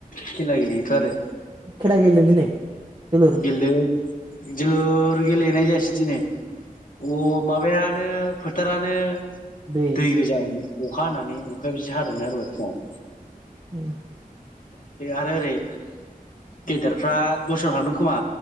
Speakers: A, on the left (about 60°); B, on the right (about 35°).
A: खेला गेलेयो। थ आरो।
B: खेला गेलेदों दिनै जोलुर?
A: गेलेलु जोलुर गेलेनाय जायासि दिनेै। अ माबया नो फोथारानो
B: दै
A: दैबो जाबाय नो। अखा हानानै औ। अखायाबो जि हादोंना दहाय फुङाव।
B: औ
A: आरो ओरै गेदेरफ्रा दस्राव थांदों खोमा